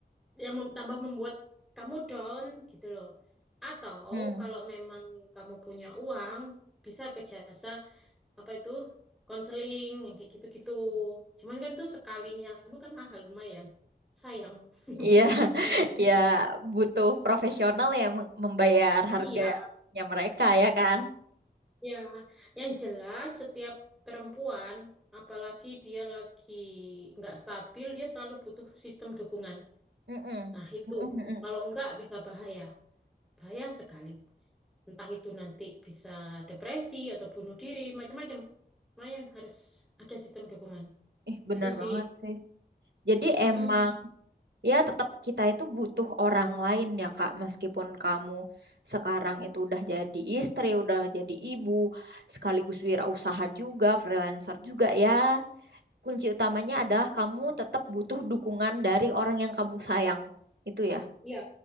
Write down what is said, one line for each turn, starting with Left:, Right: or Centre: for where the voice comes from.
Centre: yang mem- tambah membuat kamu down gitu loh. Atau
Right: oh.
Centre: kalau memang kamu punya uang, bisa ke jasa apa itu konseling yang kayak gitu-gitu. Cuman kan itu sekalinya, lu kan mahal lumayan. Sayang,
Right: Iya,
Centre: <laughs>
Right: <laughs>
Centre: sayang duit.
Right: ya butuh profesional yang mem- membayar harganya
Centre: Iya.
Right: mereka ya kan?
Centre: Ya, yang jelas setiap perempuan, apalagi dia lagi nggak stabil, dia selalu butuh sistem dukungan.
Right: Mm-mm.
Centre: Nah, itu.
Right: Mm-mm-mm.
Centre: Kalau enggak bisa bahaya. Bahaya sekali. Entah itu nanti bisa depresi atau bunuh diri, macam-macam. Makanya harus ada sistem dukungan.
Right: Ih, bener
Centre: Gitu sih.
Right: banget sih. Jadi emang
Centre: Mm-mm.
Right: ya tetap kita itu butuh orang lain ya Kak, meskipun kamu sekarang itu udah jadi istri, udah jadi ibu, sekaligus wirausaha juga, freelancer juga ya. Kunci utamanya adalah kamu tetap butuh dukungan dari orang yang kamu sayang. Itu ya.
Centre: Ya,